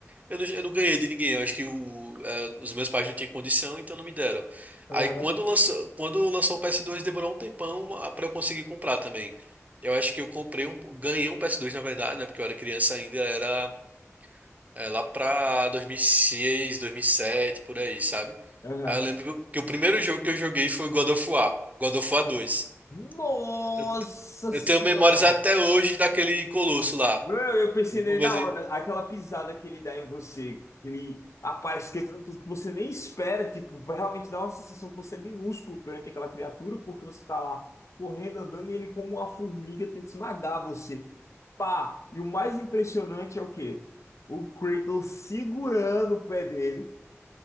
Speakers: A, on the right (about 30°); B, on the left (about 80°).
A: eu não, eu não ganhei de ninguém. Eu acho que o- eh, os meus pais não tinham condição, então não me deram.
B: Aham,
A: Aí quando lançou, quando lançou o PS2, demorou um tempão ah, pra eu conseguir comprar também. Eu acho que eu comprei um, ganhei um PS2, na verdade, né? Porque eu era criança ainda, era É, lá pra 2006, 2007, por aí, sabe?
B: aham.
A: Aí eu lembro que o primeiro jogo que eu joguei foi o God of War, God of War dois.
B: Nossa
A: Eu, eu
B: Senhora!
A: tenho memórias até hoje daquele colosso lá.
B: Meu, eu pensei
A: No começo,
B: nele na hora, aquela pisada que ele dá em você, que ele aparece quebrando tudo que você nem espera, tipo, realmente dá uma sensação que você é minúsculo perante aquela criatura, porque você tá lá correndo, andando, e ele como uma formiga tenta esmagar você. Pá! E o mais impressionante é o quê? O Kratos segurando o pé dele